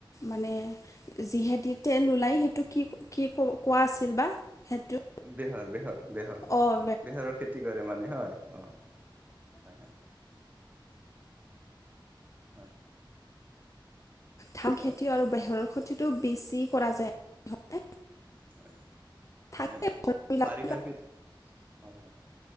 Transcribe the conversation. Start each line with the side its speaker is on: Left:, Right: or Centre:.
Left: মানে যিহেদি তেল ওলাই সেইটো কি কি ক কোৱা আছিল বা সেইটো।
Right: বেহৰ বেহৰ বেহৰ
Left: অঁ
Right: বেহাৰৰ খেতি কৰে মানে হয়, অ, হয়, হয়। হয়।
Left: ধান
Right: হেল্ল'
Left: খেতি আৰু বোহৰৰ খতিটো বেছি কৰা যায়।
Right: হয়
Left: থাকে
Right: মানে
Left: ঘৰবিলাকত
Right: বাৰিষাৰ পিত হয় হয়।